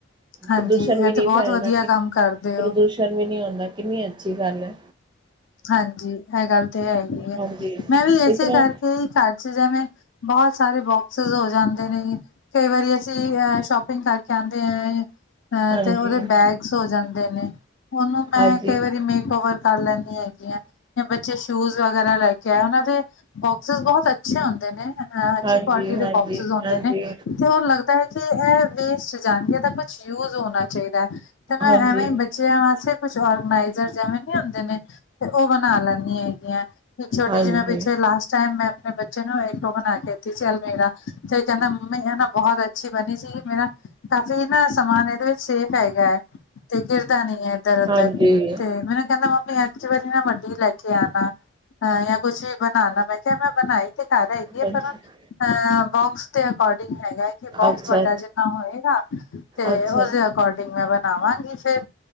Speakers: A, on the left; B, on the right.
A: ਹਾਂਜੀ
B: ਪ੍ਰਦੂਸ਼ਣ
A: ਇਹ
B: ਵੀ ਨਹੀਂ
A: ਤੇ ਬਹੁਤ
B: ਫੈਲਦਾ,
A: ਵਧੀਆ ਕੰਮ ਕਰਦੇ
B: ਪ੍ਰਦੂ
A: ਹੋ
B: ਪ੍ਰਦੂਸ਼ਨ ਵੀ ਨੀ ਹੁੰਦਾ, ਕਿੰਨੀ ਅੱਛੀ ਗੱਲ ਐ।
A: ਹਾਂਜੀ ਇਹ ਗੱਲ ਤਾਂ ਹੈਗੀ ਐ,
B: ਹਾਂਜੀ
A: ਮੈਂ ਵੀ ਇਸੇ
B: ਇਸ ਤਰ੍ਹਾਂ
A: ਕਰਕੇ ਹੀ ਘਰ ਚ ਜਿਵੇਂ ਬਹੁਤ ਸਾਰੇ ਬੋਕਸਿਸ ਹੋ ਜਾਂਦੇ ਨੇ। ਕਈ ਵਾਰੀ ਅਸੀਂ ਅ ਸ਼ੋਪਿੰਗ ਕਰਕੇ ਆਉਂਦੇ ਏ। ਅਹ
B: ਹਾਂਜੀ
A: ਤੇ ਉਹਦੇ ਬੈਗਸ ਹੋ ਜਾਂਦੇ ਨੇ, ਉਹਨੂੰ ਮੈਂ
B: ਹਾਂਜੀ
A: ਕਈ ਵਾਰੀ ਮੇਕ ਓਵਰ ਕਰ ਲੈਂਦੀ ਐਂ। ਜਾਂ ਬੱਚੇ ਸ਼ੂਜ ਵਗੈਰਾ ਲੈ ਕੇ ਆਏ, ਉਹਨਾਂ ਦੇ ਬੋਕਸਿਸ ਬਹੁਤ ਅੱਛੇ ਹੁੰਦੇ ਨੇ। ਆਹ ਅੱਛੀ
B: ਹਾਂਜੀ
A: ਕੁਆਲਿਟੀ
B: ਹਾਂਜੀ
A: ਦੇ ਬੋਕਸਿਸ ਹੁੰਦੇ
B: ਹਾਂਜੀ
A: ਨੇ। ਤੇ ਉਹ ਲੱਗਦਾ ਹੈ ਕਿ ਇਹ ਵੇਸਟ ਜਾਣਗੇ, ਇਹਦਾ ਕੁਛ ਯੂਜ ਹੋਣਾ ਚਾਹੀਦਾ ਐ, ਤੇ ਮੈਂ
B: ਹਾਂਜੀ
A: ਐਵੇਂ ਬੱਚਿਆਂ ਵਾਸਤੇ ਕੁਛ ਬਣਾਈ ਜਾ, ਜਿਵੇਂ ਨੀ ਹੁੰਦੇ ਨੇ। ਤੇ ਉਹ ਬਣਾ ਲੈਂਦੀ ਹੈਗੀ ਆਂ, ਇੱਕ ਛੋਟੀ
B: ਹਾਂਜੀ,
A: ਜਿਵੇਂ ਪਿੱਛੇ ਲਾਸਟ ਟਾਈਮ ਮੈਂ ਆਪਣੇ ਬੱਚ ਬੱਚੇ ਨੂੰ ਇੱਕ ਉਹ ਬਣਾ ਕੇ ਦਿੱਤੀ ਸੀ ਅਲਮੀੇਰਾ, ਤੇ ਕਹਿੰਦਾ ਮੰਮੀ ਏ ਨਾ। ਬਹੁਤ ਅੱਛੀ ਬਣੀ ਸੀ। ਮੇਰਾ ਕਾਫ਼ੀ ਨਾ ਸਮਾਨ ਇਹਦੇ ਵਿੱਚ ਸੇਫ ਹੈਗਾ ਹੈ। ਤੇ ਗਿਰਦਾ ਨੀ ਹੈ ਇੱਧਰ- ਉਧਰ
B: ਹਾਂਜੀ,
A: ਤੇ ਮੈਨੂੰ ਕਹਿੰਦਾ ਮੰਮੀ ਕ ਵਾਰੀ ਨਾ ਵੱਡੀ ਲੈ ਕੇ ਆਣਾ ਅ ਜਾਂ ਕੁੱਛ ਵੀ ਬਣਾਉਣਾ। ਮੈਂ ਕਿਹਾ ਮੈਂ ਬਣਾਈ ਤੇ। ਘਰ ਹੈਗੀ
B: ਅੱਛਾ,
A: ਹੈ। ਪਰ ਅਹ ਬੋਕਸ ਦੇ ਅਕੋਰਡਿੰਗ ਹੈਗਾ। ਬੋਕਸ
B: ਅੱਛਾ,
A: ਵੱਡਾ ਜਿੰਨਾ ਹੋਏਗਾ ਤੇ,
B: ਅੱਛਾ,
A: ਉਸਦੇ ਅਕੋਰਡਿੰਗ ਮੈਂ ਬਣਾਵਾਂਗੀ ਫਿਰ।